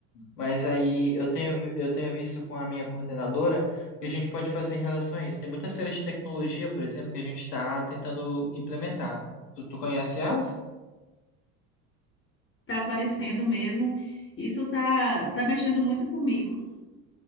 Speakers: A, on the left (about 80°); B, on the left (about 25°).
A: Mas aí eu tenho, vi- eu tenho visto com a minha coordenadora o que a gente pode fazer em relação a isso. Tem muitas feiras de tecnologia, por exemplo, que a gente está tentando implementar. Tu, tu conhece elas?
B: tá aparecendo mesmo. Isso tá, tá mexendo muito comigo.